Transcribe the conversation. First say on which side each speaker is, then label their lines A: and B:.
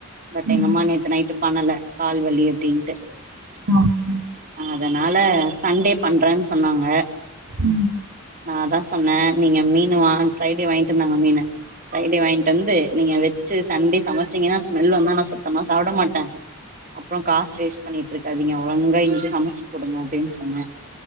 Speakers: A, on the right; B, on the right.
A: பட்
B: ம்
A: எங்க அம்மா நேத்து நைட் டு பண்ணல கால்வலி அப்டின்ட்டு
B: <unintelligible>
A: அதனால சண்டே பண்றே சொன்னாங்க
B: ம்
A: நா தா சொன்னே நீங்க மீன் வா ஃப்ரைடே வாங்கிட்டு வந்தாங்க மீனு ஃப்ரைடே வாங்கிட்டு வந்து நீங்க வச்சு சண்டே சமைச்சீங்கன்னா ஸ்மெல் வந்தா நான் சுத்தமா சாப்ட மாட்டே அப்றோ காசு வேஸ்ட் பண்ணிட்டு இருக்காதிங்க ஒழுங்கா இன்னக்கீ சமைச்சு குடுங்க அப்டின்னு சொன்ன